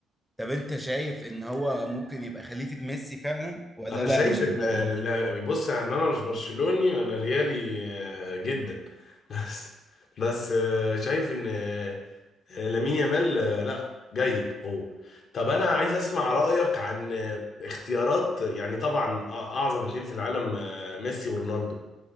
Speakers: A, in the centre; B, on the left (about 55°).
A: طب انت شايف ان هو ممكن يبقى خليفة ميسي فعلا ولا
B: انا
A: لا
B: شايف
A: مش
B: ان
A: للدرجة دي
B: لا- بص يعني انا مش برشلوني انا ريالي آه، جدا <laughs> بس بس آه، شايف ان آه، لامين يامال آه، لا جاي بقوه طب انا عايز اسمع رايك عن آه، اختيارات يعني طبعا أ- اعظم اتنين في العالم آه، ميسي ورونالدو